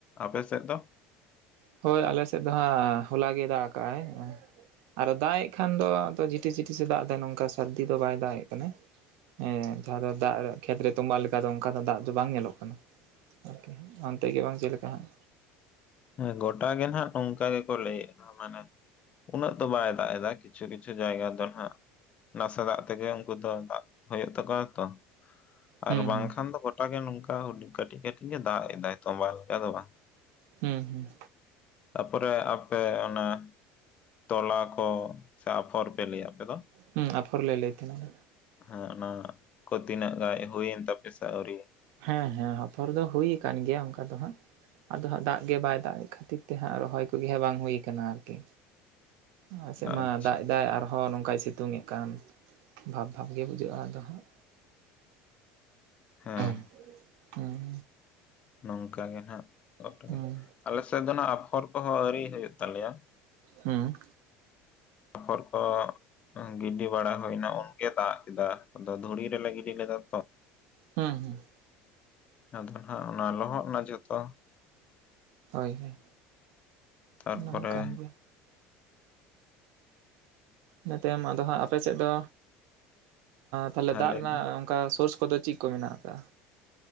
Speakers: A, on the left (about 35°); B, on the right (about 70°).
A: ᱟᱯᱮ ᱥᱮᱫ ᱫᱚ
B: ᱦᱳᱭ ᱟᱞᱮ ᱥᱮᱫ ᱫᱚ ᱦᱟᱸᱜ ᱦᱚᱞᱟ ᱜᱮ ᱫᱟᱜ ᱠᱟᱜ ᱟᱭ ᱩᱸᱦ ᱟᱨ ᱫᱟᱜ ᱮᱫ ᱠᱷᱟᱱ ᱫᱚ ᱟᱫᱚ ᱡᱷᱤᱴᱤᱥ ᱡᱷᱤᱴᱤᱥ ᱮ ᱫᱟᱜ ᱮᱫᱟ ᱱᱚᱝᱠᱟ ᱥᱟᱹᱨᱫᱤ ᱫᱚ ᱵᱟᱭ ᱫᱟᱜ ᱮᱜ ᱠᱟᱱᱟ ᱦᱮᱸ ᱡᱟᱦᱟᱸ ᱫᱚ ᱫᱟᱜ ᱨᱮ ᱠᱷᱮᱛᱨᱮ ᱛᱚᱢᱵᱟ ᱞᱮᱠᱟ ᱫᱚ ᱚᱱᱠᱟ ᱫᱚ ᱫᱟᱜ ᱫᱚ ᱵᱟᱝ ᱧᱮᱞᱚᱜ ᱠᱟᱱᱟ ᱟᱨᱠᱤ ᱚᱱᱛᱮ ᱜᱮ ᱵᱟᱝ ᱪᱮᱫ ᱞᱮᱠᱟ ᱦᱟᱸᱜ
A: ᱦᱮᱸ ᱜᱚᱴᱟ ᱜᱮ ᱱᱟᱜ ᱱᱚᱝᱠᱟ ᱜᱮ ᱠᱚ ᱞᱟᱹᱭ ᱮᱫᱼᱟ ᱢᱟᱱᱮ ᱩᱱᱟᱹᱜ ᱫᱚ ᱵᱟᱭ ᱫᱟᱜ ᱮᱫᱟ ᱠᱤᱪᱷᱩ ᱠᱤᱪᱷᱩ ᱡᱟᱭᱜᱟ ᱫᱚ ᱱᱟᱦᱟᱜ ᱱᱟᱥᱮ ᱫᱟᱜ ᱛᱮᱜᱮ ᱩᱱᱠᱩ ᱫᱚ ᱫᱟᱜ ᱦᱩᱭᱩᱜ ᱛᱟᱠᱚᱣᱟ ᱛᱚ ᱟᱨ
B: ᱦᱩᱸ
A: ᱵᱟᱝ
B: ᱦᱩᱸ
A: ᱠᱷᱟᱱ ᱫᱚ ᱜᱚᱴᱟ ᱜᱮ ᱱᱚᱝᱠᱟ ᱦᱩᱰᱤ ᱠᱟᱹᱴᱤᱡᱼ ᱠᱟᱹᱴᱤᱡ ᱜᱮ ᱫᱟᱜ ᱮᱫᱟᱭ ᱛᱚᱸᱵᱟ ᱞᱮᱠᱟ ᱫᱚ ᱵᱟᱝ
B: ᱦᱩᱸ ᱦᱩᱸ
A: ᱛᱟ ᱯᱚᱨᱮ ᱟᱯᱮ ᱚᱱᱟ ᱛᱚᱞᱟ ᱠᱚ ᱥᱮ ᱟᱯᱷᱚᱨ ᱯᱮ ᱞᱟᱹᱭᱟ ᱟᱯᱮ ᱫᱚ
B: ᱦᱩᱸ ᱟᱯᱷᱚᱨ ᱞᱮ ᱞᱟᱹᱭ ᱛᱮᱦᱮᱱᱟ
A: ᱦᱮᱸ ᱚᱱᱟ ᱠᱚ ᱛᱤᱱᱟᱹᱜ ᱜᱟᱡ ᱦᱩᱭᱮᱱ ᱛᱟᱯᱮ ᱥᱮ ᱟᱹᱣᱨᱤ
B: ᱦᱮᱸ ᱦᱮᱸ ᱟᱯᱷᱚᱨ ᱫᱚ ᱦᱩᱭ ᱟᱠᱟᱱ ᱜᱮᱭᱟ ᱚᱱᱠᱟ ᱫᱚ ᱦᱟᱸᱜ ᱟᱫᱚ ᱦᱟᱸᱜ ᱫᱟᱜ ᱜᱮ ᱵᱟᱭ ᱫᱟᱜ ᱠᱷᱟᱹᱛᱤᱨ ᱛᱮ ᱦᱟᱸᱜ ᱨᱚᱦᱚᱭ ᱠᱚ ᱜᱮ ᱦᱟᱸᱜ ᱵᱟᱝ ᱦᱩᱭ ᱠᱟᱱᱟ ᱟᱨᱠᱤ ᱟᱞᱮ ᱥᱮᱜ ᱢᱟ
A: ᱟᱪᱪᱷᱟ
B: ᱫᱟᱜ ᱮᱫᱟᱭ ᱟᱨᱚ ᱦᱚᱸ ᱱᱚᱝᱠᱟᱭ ᱥᱤᱛᱩᱝᱮᱫ ᱠᱟᱱ ᱵᱷᱟᱵᱽ ᱵᱷᱟᱵᱽ ᱜᱮ ᱵᱩᱡᱷᱟᱹᱜᱼᱟ ᱟᱫᱚ ᱦᱟᱸᱜ
A: ᱦᱮᱸ
B: ᱩᱸᱦ ᱦᱩᱸ
A: ᱱᱚᱝᱠᱟ ᱜᱮ ᱱᱟᱜ ᱜᱚᱴᱟᱜᱮ
B: ᱦᱩᱸ
A: ᱟᱞᱮ ᱥᱮᱫ ᱫᱚ ᱱᱟᱜ ᱟᱯᱷᱚᱨ ᱠᱚ ᱦᱚᱸ ᱟᱹᱣᱨᱤ ᱦᱩᱭᱩᱜ ᱛᱟᱞᱮᱭᱟ
B: ᱦᱩᱸ
A: ᱟᱯᱷᱚᱨ ᱠᱚ ᱜᱤᱰᱤ ᱵᱟᱲᱟ ᱦᱩᱭᱱᱟ ᱩᱱ ᱮ ᱫᱟᱜ ᱠᱮᱫᱟ ᱟᱫᱚ ᱫᱷᱩᱲᱤ ᱨᱮ ᱞᱟᱜᱤᱫ ᱞᱮ ᱞᱮᱫᱟ ᱛᱚ
B: ᱦᱩᱸ ᱦᱩᱸ
A: ᱟᱫᱚ ᱱᱟᱦᱟᱜ ᱚᱱᱟ ᱞᱚᱦᱚᱫ ᱱᱟ ᱡᱚᱛᱚ
B: ᱦᱳᱭ ᱦᱳᱭ
A: ᱛᱟᱨᱯᱚᱨᱮ
B: ᱚᱱᱟ ᱦᱚ ᱠᱟᱱ ᱜᱮ ᱤᱱᱟᱹ ᱛᱟᱭᱚᱢ ᱟᱫᱚ ᱦᱟᱸᱜ ᱟᱯᱮ ᱥᱮᱫ ᱫᱚ ᱛᱟᱦᱞᱮ
A: ᱦᱮᱸ
B: ᱫᱟᱜ
A: ᱞᱟᱹᱭ
B: ᱨᱮᱱᱟᱜ
A: ᱢᱮ
B: ᱚᱱᱠᱟ ᱥᱳᱨᱥ ᱠᱚ ᱫᱚ ᱪᱮᱫ ᱠᱚ ᱢᱮᱱᱟᱜ ᱟᱠᱟᱫᱼᱟ